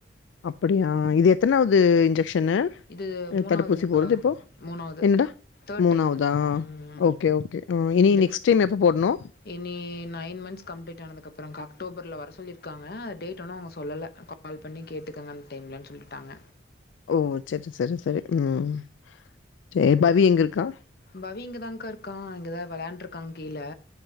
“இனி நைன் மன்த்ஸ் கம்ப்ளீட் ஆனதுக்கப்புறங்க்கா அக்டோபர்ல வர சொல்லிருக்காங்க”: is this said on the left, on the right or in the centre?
Left